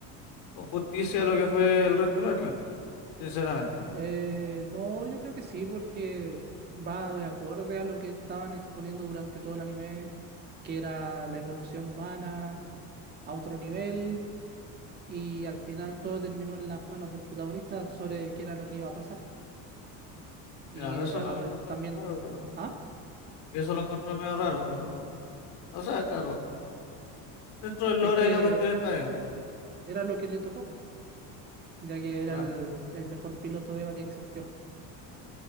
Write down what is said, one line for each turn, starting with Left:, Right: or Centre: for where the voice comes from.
Left: con justicia a lo que fue el resto del anime, sinceramente.
Right: Eh, no, yo creo que sí, porque va de acorde a lo que estaban exponiendo durante todo el anime, que era la evolución humana a otro nivel, y al final todo terminó en las manos del protagonista sobre qué era lo que iba a pasar. Y
Left: Mira,
Right: eh,
Left: eso lo
Right: habl-
Left: encontré
Right: también,
Left: raro, pero
Right: ah,
Left: eso lo encontré medio raro, pero, o sea, claro, dentro del
Right: es
Left: lore
Right: que
Left: de la cuestión está bien,
Right: era lo que le tocó, ya que era
Left: claro.
Right: el, el mejor piloto de EVA que existió.